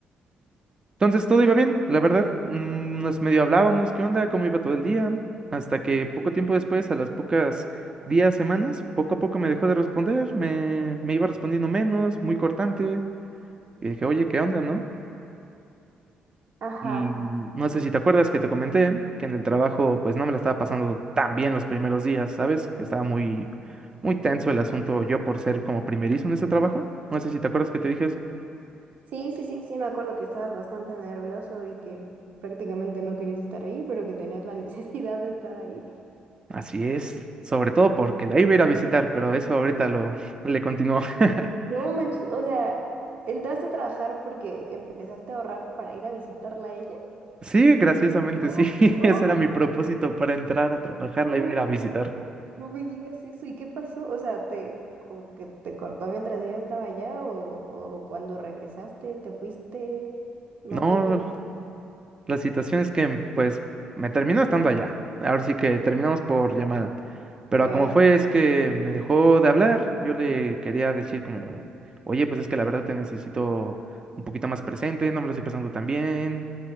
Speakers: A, on the right (about 30°); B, on the right (about 65°).
A: Entonces todo iba bien, la verdad. mm, Nos medio hablábamos, qué onda, cómo iba todo el día, hasta que poco tiempo después, a las pocas días, semanas, poco a poco me dejó de responder, me, me iba respondiendo menos, muy cortante. Y dije, oye, ¿qué onda, no?
B: Ajá.
A: Y no sé si te acuerdas que te comenté que en el trabajo, pues no me la estaba pasando tan bien los primeros días, ¿sabes? Que estaba muy, muy tenso el asunto yo por ser como primerizo en este trabajo. No sé si te acuerdas que te dije eso.
B: Sí, sí, sí, sí, me acuerdo que estabas bastante nervioso y que prácticamente no querías estar ahí, pero que tenías la <laughs> necesidad de estar ahí.
A: Así es, sobre todo porque la iba a ir a visitar, pero eso ahorita lo le continuó. <laughs>
B: No manches, o sea, entraste a trabajar porque empezaste a ahorrar para ir a visitarla a ella.
A: Sí, graciosamente
B: No,
A: sí, <laughs>
B: no,
A: ese era mi propósito para entrar a trabajar,
B: no,
A: la iba a ir a visitar.
B: no, no me digas eso. ¿Y qué pasó? O sea, te como que te cortó mientras ella estaba allá o, o cuando regresaste, te fuiste, no
A: No,
B: te fuiste.
A: La situación es que, pues, me terminó estando allá. Ahora sí que terminamos por llamada. Pero
B: Ok.
A: como fue, es que me dejó de hablar. Yo le quería decir como, oye, pues es que la verdad te necesito un poquito más presente, no me lo estoy pasando tan bien.